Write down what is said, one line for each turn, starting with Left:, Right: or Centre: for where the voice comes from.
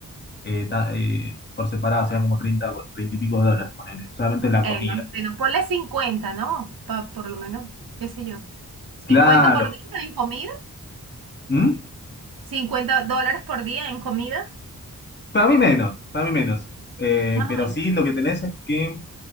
Left: eh, ta- eh, por separado, serían como 30 o 30 y pico de dólares, ponele, solamente la
Right: Eh,
Left: comida.
Right: más o menos, ponle 50, ¿no? Pa- por lo menos, qué sé yo. Cincuenta
Left: Claro.
Right: por día en comida.
Left: ¿Mm?
Right: cincuenta dólares por día en comida,
Left: Para mí menos, para mí menos. Eh,
Right: más
Left: pero
Right: o menos.
Left: sí, lo que tenés es que,